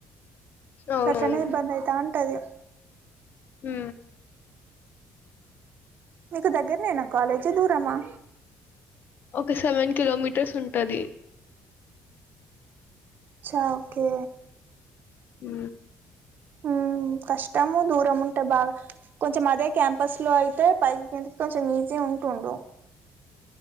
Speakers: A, on the left (about 50°); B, on the right (about 50°).
A: అవునవును.
B: గట్లానే ఇబ్బంది అవుతా ఉంటది
A: హు
B: మీకు దగ్గర నేను కాలేజీ దూరమా
A: ఒక సెవెన్ కిలోమీటర్స్ ఉంటది
B: చ్చా ఓకే
A: ఉ
B: ఉమ్ కష్టము దూరం ఉంటే బాగా కొంచెం అదే క్యాంపస్ లో అయితే పై కిందికి కొంచెం ఇజిగా ఉంటుండు